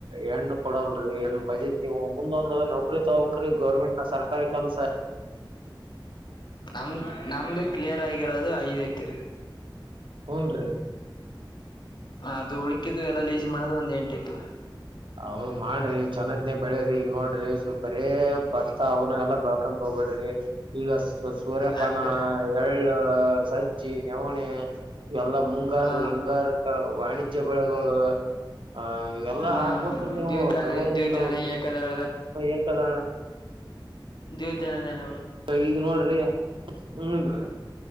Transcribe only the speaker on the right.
ಹೆಣ್ಣು ಕೊಡಲ್ರಿ ಹೆಣ್ಣ ಪಜೀತಿ ನೀವು ಮುಂದೊಂದ್ ನೌಕ್ರಿ ನೌಕ್ರಿ ಗೌರ್ಮೆಂಟ್ ಸರ್ಕಾರಿ ಕೆಲ್ಸ
ಹೂನ್ರಿ
ಅವ್ ಮಾಡ್ರಿ ಚೆನ್ನದ್ನೇ ಬೆಳಿರಿ ಈಗ ನೋಡ್ರಿ ಸ್ವಲ್ಪ ಬರೇ ಭತ್ತ ಅವನ ಎಲ್ಲ ಬೆಳ್ಕ ಹೋಗ್ಬಿಡ್ರಿ ಈಗ ಸೂರ್ಯಪಾನಾ
ನೆಳ್ಳು, ಸಜ್ಜಿ, ನೆವಣೆ ಇವೆಲ್ಲಾ ಮುಂಗಾರು,
ಹಿಂಗಾರ ವಾಣಿಜ್ಯ ಬೆಳೆಗಳು ಆ ಇವೆಲ್ಲಾ
ಹಾ ಹೋಕರಿ ನೀವು
ಬರೀ
ಇಂತವ
ಏಕದಳ
ಈಗ ನೋಡ್ರಿ ಹ್ಮನ್ರಿ